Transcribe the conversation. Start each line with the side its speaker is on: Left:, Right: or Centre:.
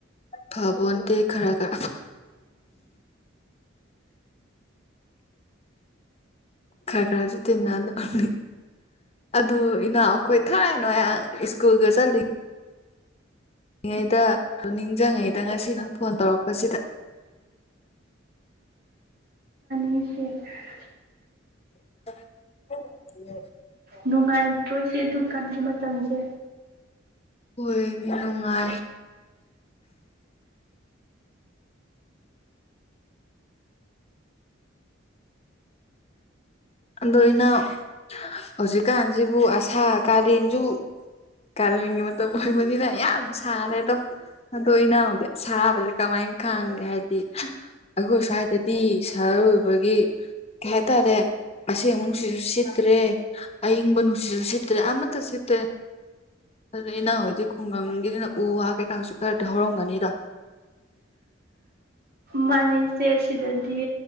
Left: ꯐꯕꯣꯟ ꯈꯔ ꯈꯔ ꯈꯔ ꯁꯨ ꯇꯤꯅꯅꯅꯤ꯫ ꯑꯗꯨ ꯏꯅꯥꯎ ꯑꯩꯈꯣꯏ ꯊꯥꯏꯅꯣꯏ ꯁ꯭ꯀꯨꯜꯒ ꯆꯠꯂꯤ꯫ ꯉꯩꯗ ꯑꯗꯨ ꯅꯤꯡꯁꯤꯡꯉꯩꯗ ꯉꯁꯤ ꯅꯪ ꯐꯣꯟ ꯇꯧꯔꯛꯄꯁꯤꯗ
Right: <unintelligible>
Left: <unintelligible>
Right: ꯅꯨꯡꯉꯥꯏꯇ꯭ꯔꯣꯏꯁꯦ ꯑꯗꯨ ꯀꯥꯟꯒꯤ ꯃꯇꯝꯁꯦ꯫
Left: ꯑꯣꯏ ꯅꯨꯡꯉꯥꯏ꯫ ꯑꯗꯣ ꯏꯅꯥꯑꯣ ꯍꯧꯖꯤꯛꯀꯥꯟꯁꯤꯕꯨ ꯑꯁꯥ ꯀꯥꯂꯦꯟꯁꯨ ꯀꯥꯅꯤꯡ ꯃꯇꯝ ꯑꯣꯏꯕꯅꯤꯅ ꯌꯥꯝ ꯁꯥꯔꯦꯗꯣ ꯑꯗꯣ ꯏꯅꯥꯎꯗꯤ ꯑꯁꯥꯕꯗꯤ ꯀꯃꯥꯏꯅ ꯈꯪꯒꯦ ꯍꯥꯏꯗꯤ ꯑꯩꯈꯣꯏ ꯁ꯭ꯋꯥꯏꯗꯗꯤ ꯁꯍꯔ ꯑꯣꯏꯕꯒꯤ ꯀꯩ ꯍꯥꯏꯇꯥꯔꯦ ꯑꯁꯦꯡ ꯑꯃꯨꯅꯨꯡꯁꯤꯁꯨ ꯁꯤꯠꯇ꯭ꯔꯦ ꯑꯏꯤꯡꯕ ꯅꯨꯡꯁꯤ ꯁꯤꯠꯇ꯭ꯔꯦ ꯑꯃ ꯃꯠꯇ ꯁꯤꯠꯇ꯭ꯔꯦ ꯑꯗꯨ ꯑꯩꯅ ꯍꯧꯖꯤꯣꯏꯛ ꯈꯨꯡꯒꯪꯒꯤꯗꯤꯅ ꯎ ꯋꯥ ꯀꯩꯀꯥꯁꯨ ꯈꯔꯗꯤ ꯍꯧꯔꯝꯒꯅꯤꯗ
Right: ꯃꯥꯅꯦꯁꯦ ꯁꯤꯗꯗꯤ